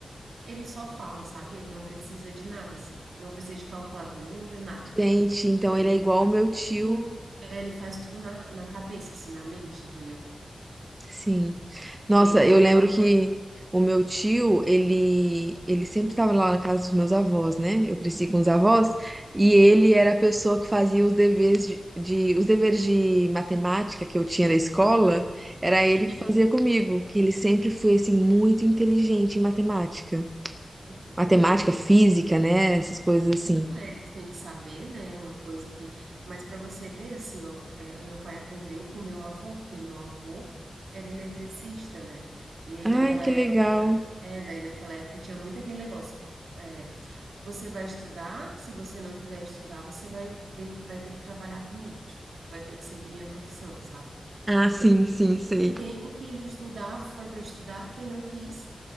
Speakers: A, on the right; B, on the right.
A: ele só fala, sabe? Ele não precisa de nada, assim, não precisa de calculadora, nada.
B: Gente, então
A: Ele
B: ele é igual
A: faz
B: o meu tio.
A: tudo, é, ele faz tudo na, na cabeça, assim, na mente, entendeu?
B: Sim.
A: Porque
B: Nossa, eu
A: o meu...
B: lembro
A: avô-
B: que o meu tio, ele, ele sempre estava lá na casa dos meus avós, né? Eu cresci com os avós e ele era a pessoa que fazia os deveres de, de- os deveres de matemática que eu tinha da escola,
A: Aham, <laughs>
B: era ele
A: sim,
B: que fazia comigo, que ele sempre foi assim muito inteligente em matemática.
A: aham.
B: Matemática, física, né? Essas coisas assim.
A: Não é, eles têm que saber, né? É Uma coisa que. Mas para você ver, assim, ó, é, meu pai aprendeu com meu avô, porque meu avô era eletricista, né? E aí
B: Ai,
A: naquela
B: que
A: época,
B: legal.
A: tinha- é, daí naquela época tinha muito aquele negócio. é, você vai estudar, se você não quiser estudar, você vai, ter- vai ter que trabalhar comigo, tipo, vai ter que seguir minha profissão, sabe?
B: Ah, sim, sim, sei.
A: E Quem quis estudar foi para estudar, quem não quis